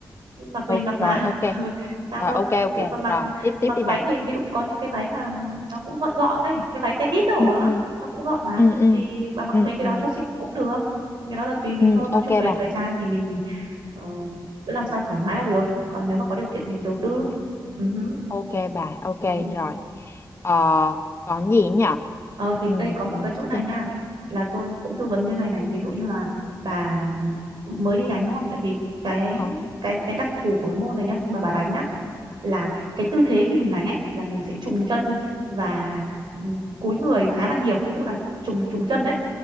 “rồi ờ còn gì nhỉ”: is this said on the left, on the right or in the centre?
Left